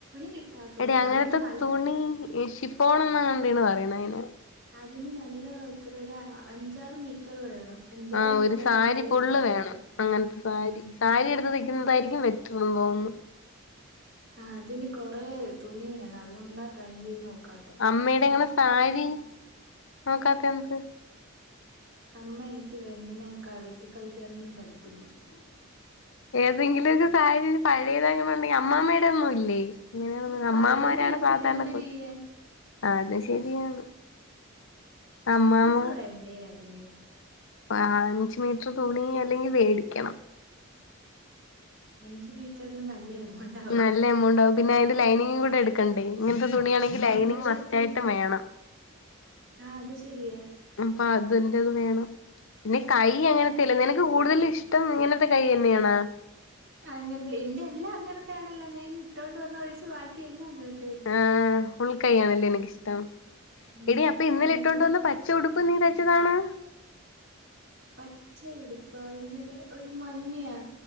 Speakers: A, on the right; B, on the left.
A: കിട്ടാത്തോണ്ട്
B: എഡി അങ്ങനത്തെ
A: അതിന് നല്ല
B: തുണി ശിഫ് ഫോണംന്ന് എന്തീണ് പറയണ അയിന്.
A: അതിന് നല്ല ഇത്രൊരു അഞ്ചാറ് മീറ്ററ് വേണം. അഞ്ചാറ്
B: ആഹ്
A: മീറ്ററിന്
B: ഒരു സാരി
A: നല്ല
B: ഫുള്ള്
A: എമൗണ്ട്
B: വേണം
A: ആകും
B: അങ്ങനത്തെ സാരി.
A: ഉം
B: സാരി എടുത്ത് തയിക്കുന്നതായിരിക്കും ബെറ്റർന്ന് തോന്നുന്നു.
A: ആഹ് അതിന് കുറെേ തുണി വേണം അതുകൊണ്ടാ ട്രൈം ചെയ്ത് നോക്കാ
B: അമ്മയുടെ എങ്ങനെ സാരി നോക്കാത്ത എന്ത്
A: അമ്മ എനിക്ക് വെഞ്ഞനെ കവിെട്ടി കളിക്കാനൊന്നും തരത്തില്ല
B: എന്തെങ്കിലുംക്ക സാറി പഴയത അങ്ങനെണ്ടെങ്കിൽ അമ്മാമ്മേയുടെ ഒന്നും ഇല്ലേ ഇങ്ങനെയ
A: എടി
B: അമ്മ്മമാരാണ്
A: പഴയതെടുത്തിട്ട്
B: സാധാരണ
A: എന്തൊരു
B: കൊട
A: ചെയ്യാൻ
B: അത് ശരിയാണ് അമ്മാമ്മ
A: യൂസ് വേണ്ടേ അതിന്
B: അഞ്ച് മീറ്റർ തുണി അല്ലെങ്കിൽ വേടിക്കണം
A: അഞ്ച് മീറ്ററിന് നല്ല എകണ്ട്
B: നല്ല എമൗണ്ട് ആവും പിന്നെ അതിന്റെ ലൈനിങ്ങ് കൂടെ എടുക്കണ്ടേ ഇങ്ങനത്തെ തുണിയാണെങ്കിൽ ലൈനിങ്
A: ആ ഇതാ
B: മസ്റ്റ് ആായിട്ട് വേണം <inaudible>
A: ആഹ് അത് ശരിയ
B: അപ്പൊ അതിന്റത് വേണം പിന്നെ കൈ അങ്ങനത്തെല്ലേ നിനക്ക് കൂടുതൽ ഇഷ്ടം ഇങ്ങനത്തെ കൈ തന്നെയണ
A: അങ്ങനത്തെ എന്റെ എല്ലാം അങ്ങനത്ത ആണല്ല ഞാൻ ഇന്ന് ഇട്ടുകൊണ്ട് വന്നഴിച്ച് ബാക്കിയെല്ലാം അങ്ങനത്തെ
B: ആഹ് ഉൾക്കൈ ആണല്ലേ എനിക്കിഷ്ടം
A: ഉം
B: എടി അപ്പൊ ഇന്നലെ
A: അതെനിക്ക്
B: ഇട്ടോണ്ട് വന്ന പ ഉടുപ്പ് നീ വെച്ചതാണ്
A: പച്ച ഉടുപ്പാ ഇന്നലെ ഒരു മഞ്ഞയാ